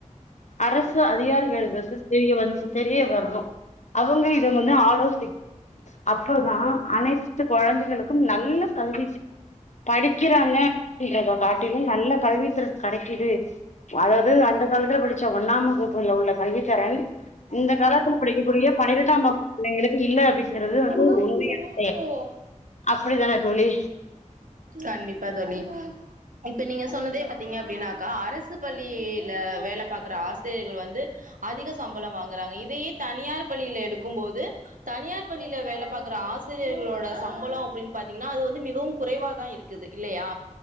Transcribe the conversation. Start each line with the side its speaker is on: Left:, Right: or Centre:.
Left: அரசு அதிகாரிகளுக்கு தெரிய வந்து தெரிய வரணும் அவங்க இது வந்து ஆலோஸ்டிக் அப்பதா அனைத்து குழந்தைகளுக்கு நல்ல கல்வி படிக்குறாங்க அப்படின்றத காட்டிலு நல்ல கல்வித்திறன் கிடைக்குது அதாவது அந்த காலத்துல படிச்ச ஒன்னாம் வகுப்புல உள்ள கல்வித்தரன் இந்த காலத்துல படிக்கக்கூடிய பன்னிரெண்டாம் வகுப் எல்லா பிள்ளைகளுக்கு இல்ல அப்படிங்கிறது வந்து
Right: ம்
Left: ஒரு உண்மையான பெயர்
Right: ம்
Left: அப்டி தானே தோழி
Right: கண்டிப்பா தோழி இப்ப நீங்க சொன்னதே பாத்தீங்க அப்படின்னாக்கா அரசு பள்ளியில வேல பாக்குற ஆசிரியர்கள் வந்து அதிக சம்பள வாங்குறாங்க இதையே தனியார் பள்ளியில எடுக்கு போது தனியார் பள்ளியில வேல பார்க்குற ஆசிரியர்களோட சம்பள அப்டின்னு பாத்தீங்கன்னா அது வந்து மிகவு குறைவாதா இருக்குது இல்லையா